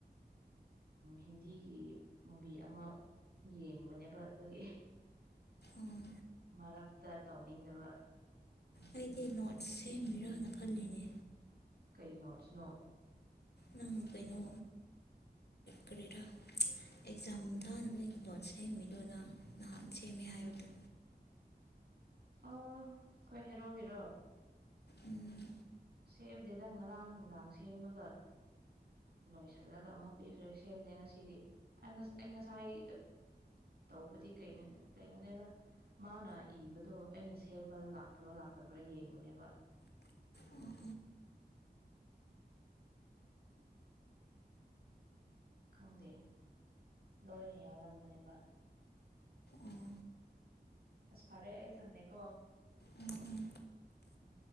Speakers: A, on the right; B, on the left.
A: ꯍꯤꯟꯗꯤꯒꯤ ꯃꯨꯚꯤ ꯑꯃ ꯌꯦꯡꯕꯅꯦꯕ ꯑꯗꯨꯒꯤ
B: ꯎꯝ
A: ꯃꯔꯛꯇ ꯇꯧꯅꯤꯡꯗꯕ
B: ꯑꯩꯗꯤ ꯅꯣꯠꯁ ꯁꯦꯝꯃꯤꯔꯥꯅ ꯈꯜꯂꯤꯅꯦ
A: ꯀꯩ ꯅꯣꯠꯁꯅꯣ
B: ꯅꯪ ꯀꯩꯅꯣ ꯀꯔꯤꯔ ꯑꯦꯛꯖꯥꯝ ꯊꯥꯅꯕꯒꯤ ꯅꯣꯠ ꯁꯦꯝꯃꯤꯗꯣꯅꯪ ꯅꯍꯥꯟ ꯁꯦꯝꯃꯦ ꯍꯥꯏꯕꯗꯣ
A: ꯑꯣ ꯈꯣꯏ ꯍꯦꯔꯣꯒꯤꯔꯣ
B: ꯎꯝ
A: ꯁꯦꯝꯗꯦꯗ ꯉꯔꯥꯡ ꯅꯨꯡꯗꯥꯡ ꯁꯦꯝꯃꯒ ꯂꯣꯏꯁꯤꯜꯂꯒ ꯑꯃꯨꯛ ꯄꯤꯈ꯭ꯔꯦ ꯁꯦꯝꯗꯦ ꯉꯁꯤꯗꯤ ꯑꯩ ꯉꯁꯥꯏ ꯇꯧꯕꯗꯤ ꯀꯩꯅꯣꯅꯦꯗ ꯃꯥꯅ ꯏꯕꯗꯣ ꯑꯩꯅ ꯁꯦꯝꯕꯗ ꯂꯥꯛꯄ꯭ꯔꯥ ꯂꯥꯛꯇꯕ꯭ꯔꯥ ꯌꯦꯡꯕꯅꯦꯕ
B: ꯑꯣ
A: ꯈꯪꯗꯦ ꯂꯣꯏꯅ ꯌꯥꯎꯔꯝꯕꯅꯦꯕ
B: ꯑꯣ
A: ꯑꯁ ꯐꯔꯦ ꯑꯩ ꯊꯝꯃꯦꯀꯣ
B: ꯑꯣ ꯎꯝ ꯎꯝ
A: ꯎꯝ